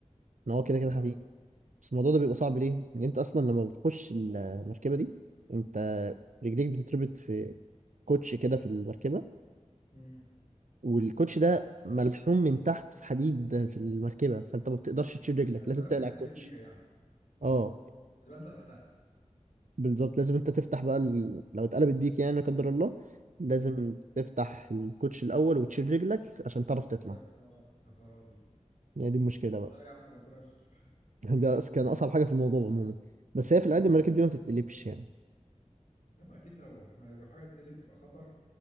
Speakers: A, on the right; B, on the left.
A: إن هو كده كده خفيف
B: اه
A: بس الموضوع ده بيبقى صعب ليه؟ ان انت اصلا لما بتخش المركبه دي انت رجليك بتتربط في كوتش كده في المركبه
B: امم
A: والكوتش ده ملحوم من تحت في حديد في المركبه فانت ما بتقدرش
B: هت-
A: تشيل رجلك
B: يعني اتقلبت
A: لازم تقلع
B: هتقلب
A: الكوتش
B: بيها يعني
A: اه
B: يبقى انت تحتها
A: بالظبط لازم انت تفتح بقى ال... لو اتقلبت بيك يعني لا قدر الله لازم
B: امم
A: تفتح الكوتش الاول وتشيل رجلك عشان تعرف تطلع
B: فت- اه يا خرابي
A: يعني دي المشكله بقى
B: لا يا عم ربنا يستر
A: <laughs> ده أص- كان اصعب حاجه في الموضوع عموما بس هي في العادي
B: امم
A: المراكب دي ما بتتقلبش يعني
B: انما اكيد لو ما لو حاجه تقلب تبقى خطر